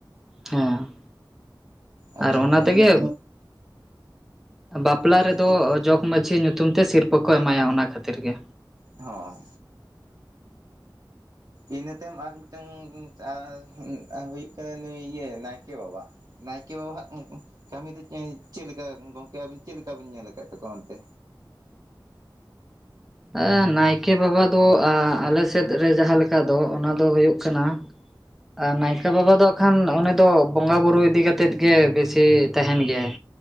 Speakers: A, in the centre; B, on the right.
A: ᱦᱮᱸ
B: ᱟᱪᱪᱷᱟ
A: ᱟᱨ ᱚᱱᱟ
B: ᱩᱱᱤᱭᱟᱜ
A: ᱛᱮᱜᱮ
B: ᱢᱟᱱᱮ
A: ᱵᱟᱯᱞᱟ
B: ᱪᱮᱫ
A: ᱨᱮᱫᱚ
B: ᱪᱮᱫ
A: ᱡᱚᱜᱽ ᱢᱟᱡᱷᱤ ᱧᱩᱛᱩᱢ ᱛᱮ ᱥᱤᱨᱯᱟᱹ ᱠᱚ ᱮᱢᱟᱭᱟ ᱚᱱᱟ ᱠᱷᱟᱹᱛᱤᱨ ᱜᱮ
B: ᱦᱳᱭ ᱤᱱᱟᱹ ᱛᱟᱭᱚᱢ ᱟᱨ ᱢᱤᱫᱴᱟᱝ <unintelligible> ᱦᱩᱭᱩᱜ ᱠᱟᱱᱟ ᱱᱩᱭ ᱱᱟᱭᱠᱮ ᱵᱟᱵᱟ ᱱᱟᱭᱠᱮ ᱵᱟᱵᱟᱣᱟᱜ ᱠᱟᱹᱢᱤ ᱫᱚ ᱪᱮᱫ ᱞᱮᱠᱟ ᱜᱚᱝᱠᱮ ᱟᱵᱤᱱ ᱪᱮᱫ ᱞᱮᱠᱟ ᱵᱤᱱ ᱧᱮᱞ ᱟᱠᱟᱫ ᱛᱟᱠᱚᱣᱟ ᱚᱱᱛᱮ
A: ᱮᱸ ᱱᱟᱭᱠᱮ ᱵᱟᱵᱟ ᱫᱚ ᱟ ᱟᱞᱮ ᱥᱮᱫ ᱨᱮ ᱡᱟᱦᱟᱸ ᱞᱮᱠᱟ ᱫᱚ ᱚᱱᱟ ᱫᱚ ᱦᱩᱭᱩᱜ ᱠᱟᱱᱟ ᱟᱨ ᱱᱟᱭᱠᱮ ᱵᱟᱵᱟ ᱫᱚ ᱮᱱᱠᱷᱟᱱ ᱩᱱᱤ ᱫᱚ ᱵᱚᱸᱜᱟ ᱵᱩᱨᱩ ᱤᱫᱤ ᱠᱟᱛᱮᱫ ᱜᱮ ᱵᱮᱥᱤ ᱛᱟᱦᱮᱱ ᱜᱮᱭᱟᱭ